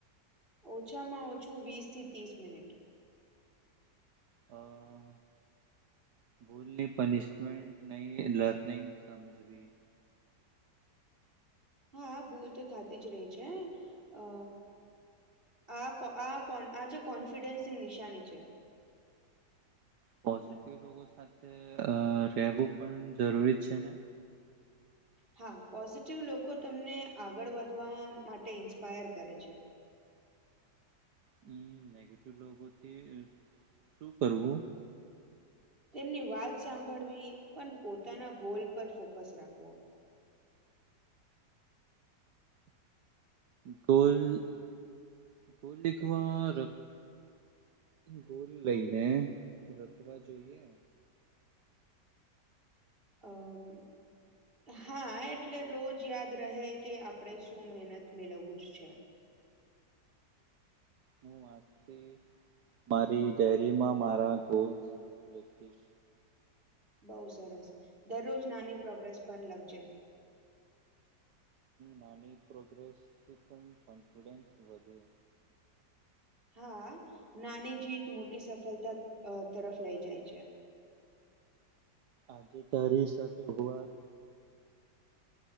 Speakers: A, on the right; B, on the right.
A: ઓછામાં ઓછું વીસ થી ત્રીસ મિનિટ.
B: હા, ભૂલની પનિશમેન્ટ ની લર્નિંગ સમજવી
A: હા ભૂલ તો થાતી જ રે છે. અ આ કો આ કોન આ જે કોન્ફિડન્સની નિશાની છે.
B: પોઝિટિવ લોકો સાથે રહેેવું પણ જરૂરી છે ને.?
A: હા પોઝિટિવ લોકો તમને આગળ વધવા માટે ઇન્સ્પાયર કરે છે.
B: હમ્મ નેગેટિવ લોકો થી શું કરવું?
A: ની વાત સાંભળવી પણ પોતાના ગોલ પર ફોકસ રાખવો.
B: ગોલ થોડીક વાર ગોલ લઈને રખવા જોઈએ.
A: અમ હા એટલે રોજ યાદ રહે કે આપણેે શું મહેનત? મેળવવું જ છે.
B: હું આજથી! મારી ડેરીમાં મારા ગોલ લખીશ.
A: બહુ સરસ દરરોજ નાની પ્રોગ્રેસ પણ લખજે.
B: નાની પ્રોગ્રેસથી પણ કોન્ફિડેન્સ વધે.
A: હા નાની જીત મોટી સફળતા તરફ લઈ જાય છે.
B: આજે તારી સાથે વાત